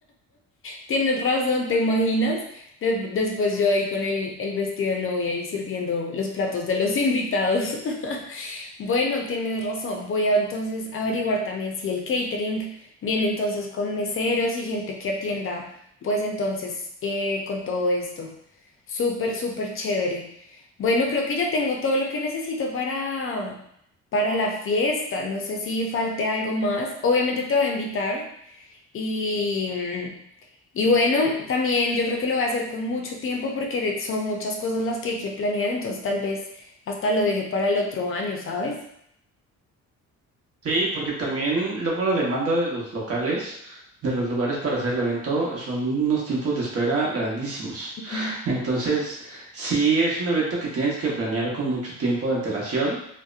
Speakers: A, on the left; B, on the right.
A: Tienes razón, ¿te imaginas? De- después yo ahí con el, el vestido de novia y sirviendo los platos de los invitados. <laughs> Bueno, tienes razón. Voy a entonces averiguar también si el catering viene entonces con meseros y gente que atienda, pues entonces eh, con todo esto. Súper, súper chévere. Bueno, creo que ya tengo todo lo que necesito para, para la fiesta. No sé si falte algo más. Obviamente te voy a invitar y, mm, y bueno, también yo creo que lo voy a hacer con mucho tiempo porque de- son muchas cosas las que hay que planear, entonces tal vez hasta lo deje para el otro año, ¿sabes?
B: Sí, porque también luego la demanda de los locales, de los lugares para hacer el evento, son unos tiempos de espera grandísimos.
A: Mm.
B: Entonces, sí es un evento que tienes que planear con mucho tiempo de antelación